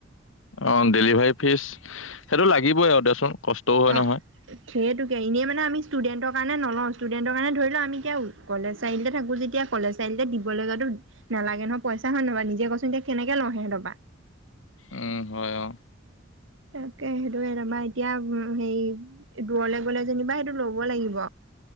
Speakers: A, on the left (about 75°); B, on the right (about 70°).
A: অ ডেলিভাৰী ফিজ সেইটো লাগিবই আৰু দেচোন। কষ্টও হয়
B: অ
A: নহয়
B: সেইটোকে এনেই মানে আমি ষ্টুডেন্টক। কাৰণে নলওঁ ষ্টুডেন্টৰ কাৰণে ধৰি ল আমি এতিয়া কলেজ চাৰিআলতে থাকোঁ যেতিয়া কলেজ চাৰিআলিতে দিবলৈ যোৱাতো নালাগে নহয় পইচা হয় নবা নিজে কছচোন এতি কেনেকৈ লওঁ সিহঁতপা।
A: উম! হয় অ।
B: তাকে সেইটোয়ে তাপা এতিয়া। হেৰি! দূৰলে গ'লে যেনিবা সেইটো ল'ব লাগিব।